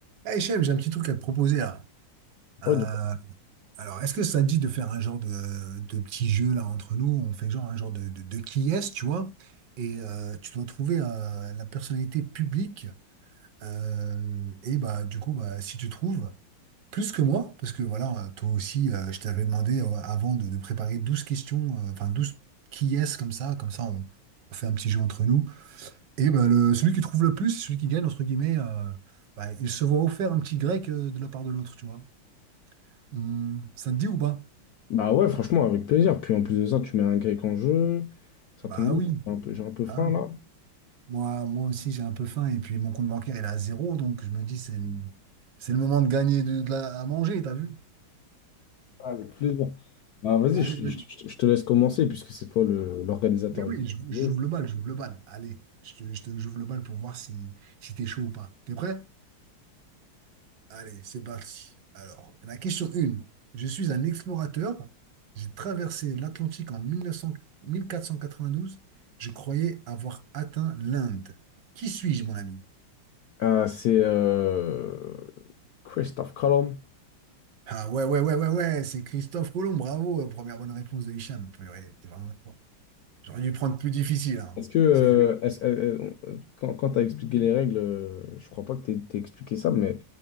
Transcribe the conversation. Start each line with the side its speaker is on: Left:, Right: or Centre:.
Right: Eh Hichem, j'ai un petit truc à te proposer là. Euh,
Left: Ouais, donc-
Right: alors, est-ce que ça te dit de faire un genre de, de petit jeu là entre nous? On fait genre un genre de, de, de qui est-ce, tu vois? Et euh, tu dois trouver euh, la personnalité publique. Euh, et bah du coup, bah, si tu trouves plus que moi, parce que voilà, euh, toi aussi, euh, je t'avais demandé euh, avant de, de préparer 12 questions, euh, enfin 12 qui est-ce comme ça, comme ça on, on fait un petit jeu entre nous. Et bah le, celui qui trouve le plus, celui qui gagne, entre guillemets, euh, bah, il se voit offert un petit grec euh, de la part de l'autre, tu vois? Hmm, ça te dit ou pas?
Left: bah ouais, franchement, avec plaisir. Puis en plus de ça, tu mets un grec en jeu. Ça
Right: Bah
Left: tombe bien,
Right: oui,
Left: j'ai un peu, j'ai un peu faim
Right: ah oui.
Left: là.
Right: Moi, moi aussi, j'ai un peu faim et puis mon compte bancaire, il est à zéro, donc je me dis, c'est le, c'est le moment de gagner de, de la, à manger, t'as vu?
Left: Ah, avec plaisir. Bah vas-y,
Right: Allez,
Left: je,
Right: vas-y.
Left: je- je- je te laisse commencer puisque c'est toi le- l'organisateur
Right: Oui, oui,
Left: du
Right: j'ou- j'ouvre
Left: jeu.
Right: le bal, j'ouvre le bal. Allez, je te, je te- j'ouvre le bal pour voir si, si t'es chaud ou pas. T'es prêt? Allez, c'est parti. Alors, la question 1. Je suis un explorateur. J'ai traversé l'Atlantique en mille mille neuf cent quatre cent quatre-vingt-douze. Je croyais avoir atteint l'Inde. Qui suis-je, mon ami?
Left: Ah, c'est euh, Christophe Colomb.
Right: Ah ouais, ouais, ouais, ouais, ouais, c'est Christophe Colomb, bravo, euh, première bonne réponse de Hicham. Purée, t'es vraiment fort. J'aurais dû prendre plus difficile, hein.
Left: Est-ce que, euh,
Right: C'est chaud.
Left: est-ce- euh, euh, quand, quand tu as expliqué les règles, euh, je crois pas que tu t'aies expliqué ça, mais